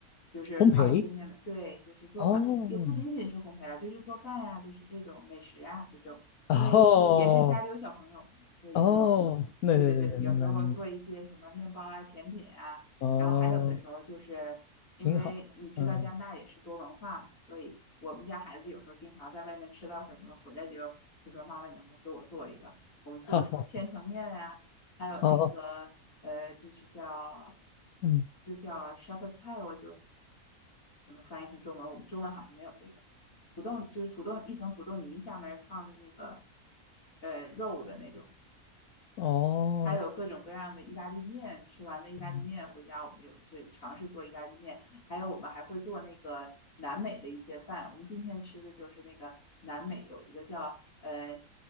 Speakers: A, on the left; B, on the left.
A: 就是烤一些面包对，
B: 烘焙，
A: 就是做饭，
B: 哦，
A: 也不仅仅是烘焙了，就是做饭呀、就是这种美食啊，这种，因为也是家里有小朋友嘛，
B: 哦，
A: 所以就，
B: 哦，对对对对，
A: 对对对，有时候做一些什么面包啊、
B: 明白明白，
A: 甜品啊，
B: 哦，
A: 然后还有的时候就是因为你知道加拿大也是多文化嘛，
B: 挺好，嗯，
A: 所以我们家孩子有时候经常在外面吃到什么了，回来就就说妈妈，你能不能给我做一个？我们做什么千层面啊，
B: 好好，
A: 还有那个呃，
B: 哦，
A: 就是叫。
B: 嗯，
A: 就叫 s h a k h e r d s pie，我就怎么翻译成中文？我们中文好像没有这个土豆，就是土豆一层土豆泥下面放的那个呃肉的那种，
B: 哦，
A: 还有各种各样的意大利面。吃完的意大利面回家，
B: 嗯
A: 我们有去尝试做意大利面，还有我们还会做那个南美的一些饭。我们今天吃的就是那个南美有一个叫呃，